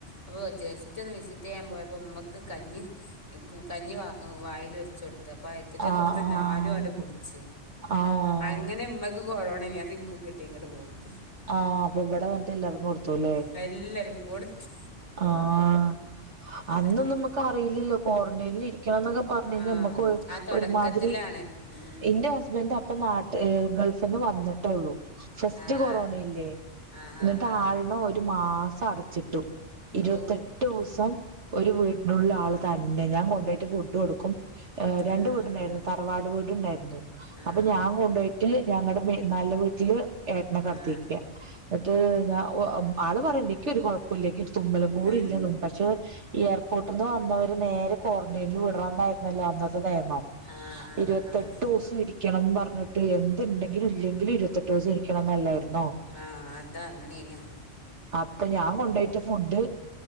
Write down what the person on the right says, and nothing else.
ആഹ്
ആഹ്
ആഹ്
ആഹ് അപ്പൊ ഇവിടെ വന്നിട്ട് എല്ലാാരും കൊടുത്തൂലൂ
ആഹ
അന്നും നമുക്ക് അറിയില്ലല്ലോ ക്വാറന്റൈനിൽ ഇരിക്കണം എന്നൊക്കെ പറഞ്ഞു കഴിഞ്ഞാൽ
നമ്മുക്ക്
ഒരുമാതിരി
എന്റെ ഹസ്ബൻഡ അപ്പ നാട്ട ഗൾഫന്ന് വന്നിട്ടുള്ളൂ ഫസ്റ്റ്
കൊറോണ ഇല്ലേ
എന്നിട്ട്
ആളണം ഒരു മാസ അടച്ചിട്ടും ഇരുപത്തെട്ട്
ദിവസം ഒരു വീടിനുള്ള
ആള് തന്നെ ഞാൻ കൊണ്ടയിട്ട് ഫു ഇ കൊടുക്കും ്
രണ്ട വീടുണ്ടായിരുന്നു തറവാട് വീടുണ്ടായിരുന്നു
അപ്പൊ ഞാൻ കൊണ്ടുപോയിട്ട് ഞങ്ങളുടെ നല്ല വീട്ടില് ഏട്ടന കടത്തിരിക്കുക
എന്നിട്ട് ഞാ ആള് പറയണ്ടിക്കും ഒരു കുഴപ്പില്ല തുമ്പലം കൂടി
ഇല്ലതും പക്ഷെ എയർപോർട്ടിൽ നിന്ന് വന്നവര് നേരെ ക്വാറന്റൈനിൽ വിടന്നായിരുന്നല്ലോ അന്ന
ഇരുപത്തെട്ട്
ദിവസം ഇരിക്കണം പറഞ്ഞിട്ട് എന്തുണ്ടെങ്കിലും ഇല്ലെങ്കിൽ ഇരുപത്തെട്ട് ദിവസ ഇരിക്കണം എന്നല്ലായിരുന്നു
അപ്പൊ ഞാൻ കൊണ്ട റ്റ ഫുഡ്്